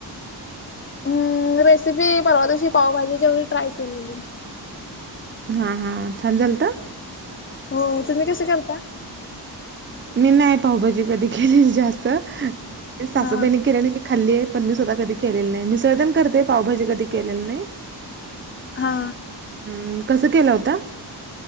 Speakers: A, on the left (about 30°); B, on the right (about 30°).
A: हम् रेसिपी परवा दिवशी पावभाजी जेवढी ट्राय केलेली.
B: हा हा छान झाल तर.
A: हो तुम्ही कस करता.
B: मी नाही पाहबाजी कधी केली जास्त सासूबाईने
A: हा हा
B: केलेली. खाल्ली आहे पण मी स्वतः कधी केलेलं नाही मिसळजन करते पावभाजी कधी केलेलं नाही.
A: हा
B: हम् कसं केलं होता.